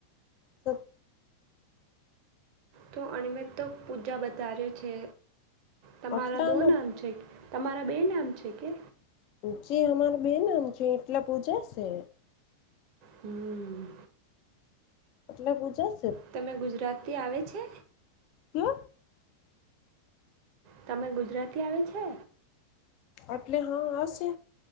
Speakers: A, on the left; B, on the right.
A: સત
B: તો અણિમેત તો પૂજા બતાાર્યો છે તમારા
A: આટલામાં
B: દો નામ છે તમારા બે નામ છે કે
A: જે અમારા બેનમ છે એટલા પૂજા છે
B: હમ
A: એટલે બૂજસ
B: તમે ગુજરાત થી આવે છે
A: કે
B: તમે ગુજરાતી આવે છે
A: એટલે હા આવશે